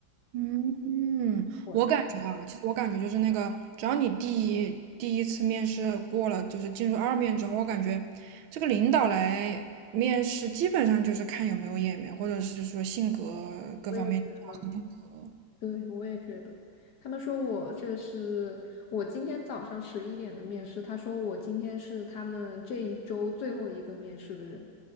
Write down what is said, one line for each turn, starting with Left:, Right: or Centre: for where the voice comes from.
Right: 嗯嗯我感觉啊，
Left: 我猜
Right: 其实我感觉就是那个，只要你第一第一次面试过了，就是进入二面之后，我感觉这个领导来面试，基本上就是看有没有眼缘，或者是就是说性格各方面合不合。
Left: 我也觉得，对，我也觉得。他们说我这是我今天早上十一点的面试，他说我今天是他们这一周最后一个面试的人。